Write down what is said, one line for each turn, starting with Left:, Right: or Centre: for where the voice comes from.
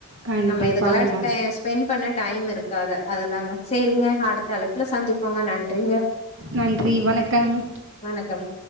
Right: கண்டிப்பாங்க
Left: நம்ம இதுக்கல்லா டைம் ஸ்பெண்ட் பண்ண டைம் இருக்காத அதுதாங்க சேரிங்க அடு தலைப்புல சந்திப்போங்க நன்றிங்க
Right: நன்றி வணக்கம்
Left: வணக்கம்